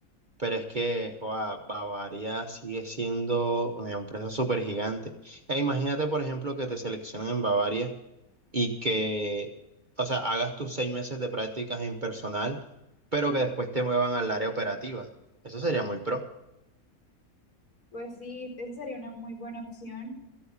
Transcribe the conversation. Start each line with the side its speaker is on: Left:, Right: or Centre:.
Right: Pero es que joa, Bavaria sigue siendo una empresa súper gigante. E imagínate, por ejemplo, que te seleccionen en Bavaria y que, o sea, hagas tus seis meses de prácticas en personal, pero que después te muevan al área operativa. Eso sería muy pro.
Left: Pues sí, esa sería una muy buena opción,